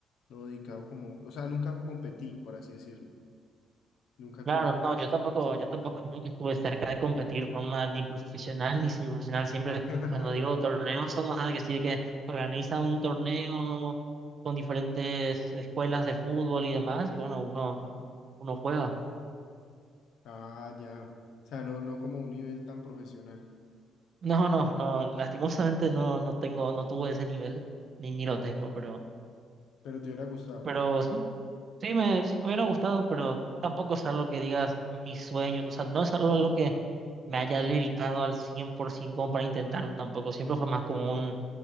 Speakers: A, on the left; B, on the right.
A: no dedicado como, o sea, nunca competí, por así decirlo. Nunca
B: Claro,
A: tuve
B: no,
A: esa
B: yo tampoco,
A: esa opción.
B: yo tampoco <laughs> nunca estuve cerca de competir de forma ni profesional ni semiprofesional. Siempre
A: <laughs>
B: cuando digo torneos son más de que sí, que organiza un torneo con diferentes escuelas de fútbol y demás, y bueno, uno,
A: Ajá.
B: uno juega.
A: Ah, ya. O sea, no, no como un nivel tan profesional,
B: No, no, no, lastimosamente no, no tengo, no tuve ese nivel, ni, ni lo tengo, pero,
A: pero te hubiera gustado.
B: pero sí. Sí me, sí me hubiera gustado, pero tampoco es algo que digas mi sueño. O sea, no es algo a lo que me haya dedicado al 100% como para intentarlo tampoco. Siempre fue más como un,